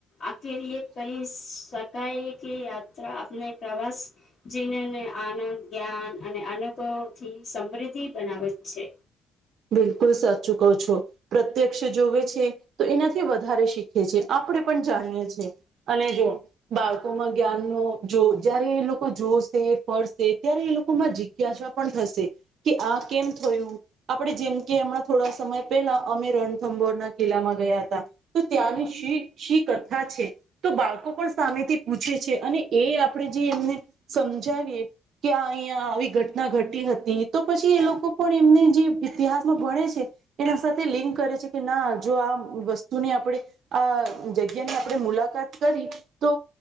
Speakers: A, on the left; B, on the right.
A: આખિર એ કહી શકાય કે યાત્રા આપને પ્રવાસ જીનને આનંદ, જ્ઞાન અને અનુભવથી સમૃદ્ધિ બનાવે છે.
B: બિલકુલ સાચુ કહો છો. પ્રત્યક્ષ જોવે છે તો એનાથી વધારે શીખે છે આપણે પણ જાણીએ છી અને જુઓ. બાળકોમાં જ્ઞાન નો જો જય્યારે એ લોકો જોશે પડશે ત્યારે એ લોકોમાં જ. જીગયા પણ થશે કે આ કેમ થયું. આપણે જેમ કે હમણાં થોડા સમય પહેલા અમે રણથંભોરના કિલ્લામાં ગયા હતા. તો ત્યાંની શ શી કથા છે. તો બાળકો પણ સામેથી પૂછે છે અને એ આપણે જે એમને સમજાવીએ કે્યા અહીંયા આવી ઘટના ઘટી હતી તો પછી એ લોકો પણ એમને જે ઇતિહાસમાં ભણે છે એના સાથે લિંક કરે છે કે ના જો આ વસ્તુને આપણેે આ જગ્યાની આપણે મુલાકાત કરી તો